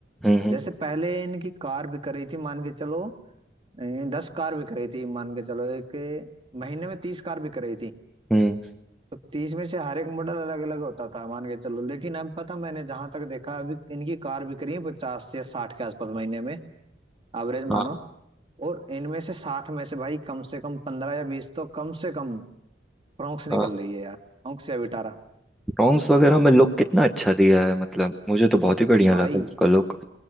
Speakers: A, in the centre; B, on the right (about 30°).
A: हम्म हम्म
B: जैसे पहले इनकी कार बिक रही थी मान के चलो अ, दस कार बिक रही थी मान के चलो एक महीने में तीस कार बिक रही थी
A: हम्म,
B: तो तीस में से हर एक मॉडल अलग अलग होता था मान के चलो लेकिन अब पता मैंने जहां तक देखा अभी इनकी कार बिक रही है पचास से साठ के आसपास महीने में एवरेज
A: हाँ
B: मानो और इनमें से साठ में से भाई कम से कम पंद्रह या बीस तो कम से कम फ्रोंक्स निकल
A: हाँ
B: रही है यार फ्रोंक्स या विटारा
A: फ्रॉन्क्स वगैरह में लुक कितना अच्छा दिया है मतलब मुझे तो बहुत ही बढ़िया
B: भाई
A: लगा उसका लुक